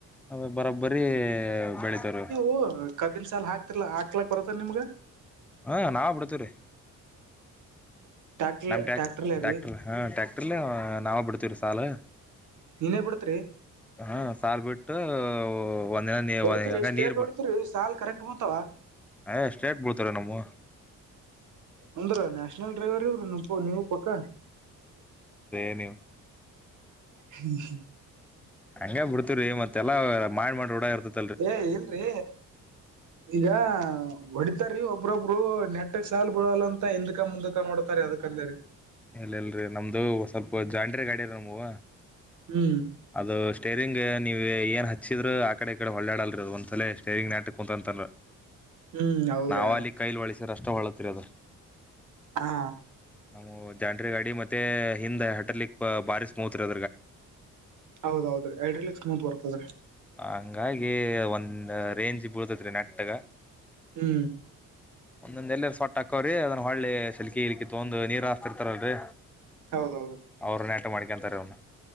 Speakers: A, in the centre; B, on the right.
A: ಅದೇ ಬರೋಬ್ಬರಿ ಬೆಳಿತಾರೆ.
B: ಓ. ಕಬ್ಬಿನ ಸಾಲ ಹಾಕ್ತಿರಲ್ಲ ಹಾಕ್ಲಕ್ ಬರತ್ತದೆ ನಿಮ್ಗೆ.
A: ಹಾ ನಾವು ಬಿಡ್ತೀವಿರೀ.
B: ಟ್ಯಾಕ್ಟ್ರಲೆ
A: ನಮ್ಮ ಟ್ಯಾಕ್
B: ಟ್ಯಾಕ್ಟರ್ಲೆ
A: ಟ್ಯಾಕ್ಟರ್
B: ರೀ
A: ಹಾ ಟ್ಯಾಕ್ಟರ್ಲ್ಲಿ ನಾವ ಬಿಡ್ತೀವ್ರೀ ಸಾಲು.
B: ನೀನೇ ಬಿಡತ್ರಿ.
A: ಹಾ ಸಾಲ್ ಬಿಟ್ಟು. ಒಂದಿನ ನೀ
B: ಹೊಡಿತರಿ
A: ಹಂಗ
B: ಸ್ಟ್ರೇಟ್
A: ನೀರ್
B: ಹೊಡತಿರಿ ಸಾಲ್ ಕರೆಕ್ಟ್ ಬತವ.
A: ಹೇ ಸೇಟ್ ಬೀಡ್ತಾರೆ ನಮ್ಮವು
B: ಅಂದ್ರ ನ್ಯಾಷನಲ್ ಡ್ರೈವರ್ ಇವ್ರೀ ನೀವು ಪಕ್ಕ.
A: ಏನ್ರಿ ನೀವು
B: ಹ್ಮ ಹ್ಮ.
A: ಹಂಗೆ ಬಿಡ್ತೇವ್ರೀ ಮತ್ತೆಲ್ಲ ಮಾಡಿಮಾಡಿ ಎಲ್ಲಾ ರೂಢ ಇರ್ತತಿ.
B: ಏ ಇಲ್ರಿ ಈಗ ಹೊಡಿತಾರೇ ಒಬ್ಬೊಬ್ರು ನೆಟ್ ಒನ್ ಒನ್ ಸಾಲ್ ಗುಳಲ್ಲಿ ಅಂತ ಹಿಂದೂ ಕೆ ಮುಂದುಕೆ ನೋಡ್ತಾರೆ ಅದಕೆ ಅಂದರೇ
A: ಇಲ್ಲಿರಿ ನಮ್ದು ಸ್ವಲ್ಪ ಜಾಂದ್ರಿ ಗಾಡಿ ಗಳಿದವೇ ನಮ್ದು
B: ಹೂ
A: ಅದು ಸ್ಟೇರಿಂಗ್ ನೀವ್ ಏನ್ ಹಚ್ಚಿದ್ರು ಆ ಕಡೆ ಈ ಕಡೆ ಅಲ್ಲಾಡಲಾ ಅದು ಒಂತರ ಸ್ಟೇರಿಂಗ್ ನೆಟ್ಟುಗೆ ಕುಂತ್ಕನಲ್ಲ
B: ಹ್ಮ್ ಹೌದ್ರಾ
A: <inaudible> ನಾವ ಅಲ್ಲಿ ಕೈಲಿ ಅಲ್ಲಾಡ್ಸುದ್ರೆ ಮಾತ್ರ ಅಲ್ಲಾಡುತ್ತೆ
B: ಹಾ
A: ನಮ್ಮೋವು ಜಂಡ್ರಿ ಗಾಡಿ ಮತ್ತೆ ಹಿಂದೆ ಹೈಡ್ರಾಲಿಕ್ ಬಾರಿ ಸ್ಮೂತಿದೆ
B: ಹೌದ ಹೌದು ಹೈಡ್ರಾಲಿಕ್ಸ್ ಸ್ಮೂತ್ ಬರುತ್ತದೆ
A: ಹಂಗಾಗಿ ಒಂದ್ ರೇಂಜ್ ಬೀಳುತ್ತದೆ ನೆಟ್ಟುಗೆ
B: ಹೂ
A: ಒಂದೊಂದ ಎಲ್ಲರ ಸೊಟ್ಟ ಆಗ್ತವೆ ಅದು ಸರಿ ಸರಿ ಮಾಡ್ತೀವಿ ತೊಂದು ನೀರು ಅತ್ತರ್ ಇಲ್ರೀ
B: ಹೌದೌದು
A: ಅವ್ರು ನೆಟ್ಟುಗೆ ಮಾಡ್ಕೊಂತಾರೆ ಅವುನ